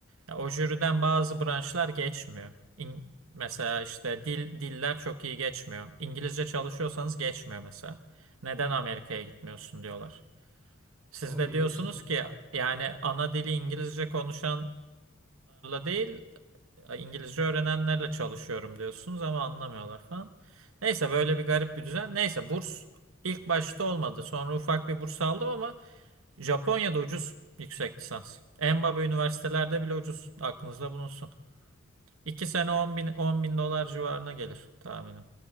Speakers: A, on the right (about 80°); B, on the right (about 20°).
A: Ya, o jüriden bazı branşlar geçmiyor. İn- mesela işte dil diller çok iyi geçmiyor. İngilizce çalışıyorsanız geçmiyor mesela. Neden Amerika'ya gitmiyorsun diyorlar. Siz
B: O
A: de
B: neymiş
A: diyorsunuz
B: ya?
A: ki yani ana dili İngilizce konuşanlarla değil ya İngilizce öğrenenlerle çalışıyorum diyorsunuz ama anlamıyorlar falan. Neyse böyle bir garip bir düzen. Neyse burs ilk başta olmadı. Sonra ufak bir burs aldım ama Japonya'da ucuz yüksek lisans. En baba üniversitelerde bile ucuz. Aklınızda bulunsun. 2 sene 10 bin, 10 bin dolar civarına gelir tahminim.